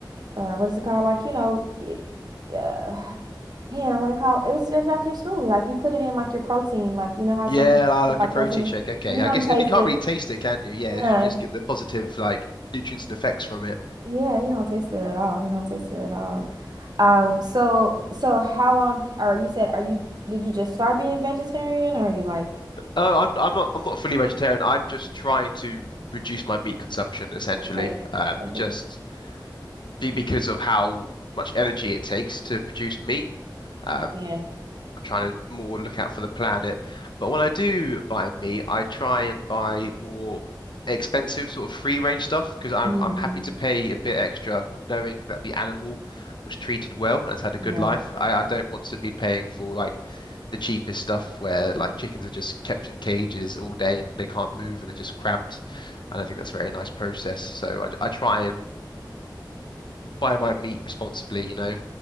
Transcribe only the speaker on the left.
Yeah,
li-
like
a protein
shake. Okay,
I
guess,
and you can't
really taste it, can you? Yeah, you
just get the positive like nutrients and effects from it.
Oh, I'm I'm not I'm not fully vegetarian. I'm just trying to reduce my meat consumption essentially.
Um,
just be because of how much energy it takes to produce meat. Um,
trying to more look out for the planet. But when I do buy meat, I try and buy more expensive sort of free range stuff because I'm
I'm happy to pay a bit extra knowing that the animal was treated well and has had a
good life. I, I don't want to be paying for like the cheapest stuff where like chickens are just kept in cages all day and they can't move and they're just cramped. I don't think that's a very nice process. So I, I try and buy my meat responsibly, you know.